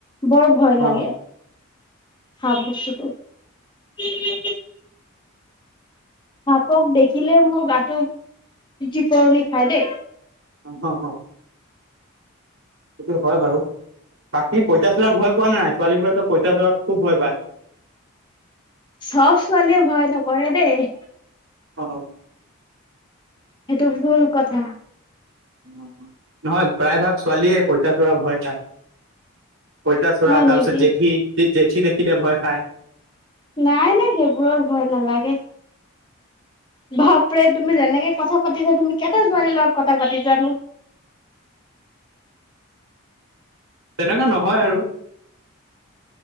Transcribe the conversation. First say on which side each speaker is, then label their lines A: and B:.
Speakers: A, on the left (about 20°); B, on the right (about 65°).
A: বৰ ভয়
B: অ
A: লাগে হ বছুটো <inaudible> ভাপক দেখিলে মোৰ গাটো জ কৰৰণি <unintelligible> খাই দেই
B: অ হ হ সেইটো হয় বাৰু বাকী পইতাচোলাক ভয় পোৱা নাই ছোৱালীবোৰেতো পইতা চোলাক খুব ভয় পায়
A: চব ছোৱালীয়ে ভয় নকৰে দেই
B: অ
A: সেইটো ভুল কথা
B: নহয় প্ৰায় ভাগ ছোৱালীয়ে পইতাচোৰা ভয় খায় পঁইতা চোৰা
A: হয়
B: তাৰপিছত
A: নেকি
B: জেঠী জেঠী দেখিলে ভয় খায়
A: নাই নাই সেইবোৰৰ ভয় নালাগে বাপৰে তুমি যেনেকে কথা পাতিছা তুমি কেইটা ছোৱালীৰ লগত কথা পাতি জানো
B: তেনেককা <unintelligible> নহয় আৰু